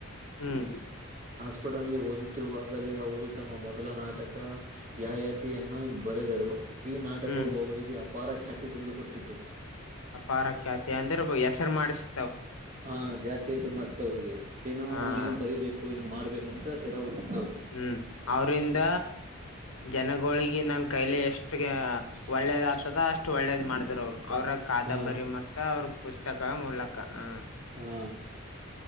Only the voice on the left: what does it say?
ಹ್ಮ್
ಹ್ಮ್
ಅಪಾರ ಖ್ಯಾತಿ ಅಂದ್ರಗೂ ಹೆಸರು ಮಾಡಸು
ಹಾ
ಹ್ಮ್ ಅವರಿಂದ.. ಜನಗೂಳಿಗೆ ನನ್ನ ಕೈಲೆ ಎಷ್ಟುಗೆ ಒಳ್ಳೇದ್ ಆಗ್ತದ ಅಷ್ಟು ಒಳ್ಳೇದ್ ಮಾಡಿದ್ರ ಅವ್ರು. ಅವರ ಕಾದಂಬರಿ
ಮತ್ತ ಅವ್ರ ಪುಸ್ತಕ ಮೂಲಕ ಹ